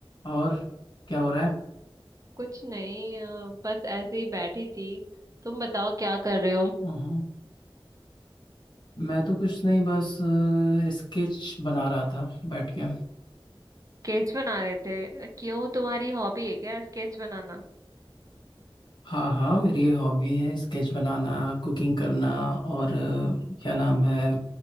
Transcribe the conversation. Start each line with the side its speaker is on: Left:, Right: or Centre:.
Left: और क्या हो रहा है
Right: कुछ नहीं अ, बस ऐसे ही बैठी थी तुम बताओ क्या कर रहे हो
Left: हाँ मैं तो कुछ नहीं बस स्केच बना रहा था बैठ के
Right: स्केच बना रहे थे क्यों तुम्हारी हॉबी है क्या स्केच बनाना
Left: हाँ हाँ मेरी हॉबी है स्केच बनाना कुकिंग करना और अ, क्या नाम है